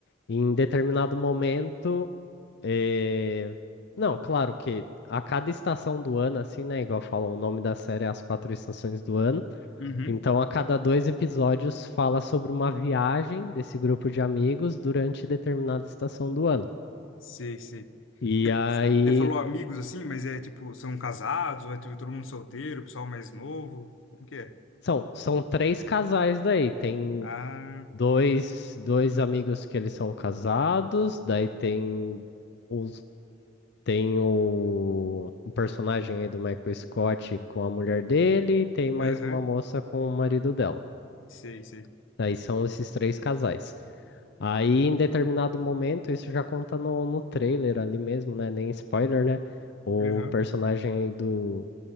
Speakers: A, on the left; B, on the left.
A: em determinado momento, eh, não, claro que a cada estação do ano, assim, né? Igual falam, o nome da série é As Quatro Estações do Ano.
B: Uhum.
A: Então, a cada dois episódios fala sobre uma viagem desse grupo de amigos durante determinada estação do ano.
B: Sei, sei.
A: E
B: Mas
A: aí,
B: Você falou amigos assim, mas é tipo, são casados, ou é tipo, todo mundo solteiro, pessoal mais novo? Como que é?
A: são, são três casais daí. Tem
B: Ah,
A: dois, dois amigos que eles são casados, daí tem. os Tem o, o personagem aí do Michael Scott com a mulher dele, tem mais
B: aham,
A: uma moça com o marido dela.
B: sei, sei.
A: Daí são esses três casais. Aí, em determinado momento, isso já conta no, no trailer ali mesmo, né? Nem spoiler, né? O
B: Aham,
A: personagem aí do,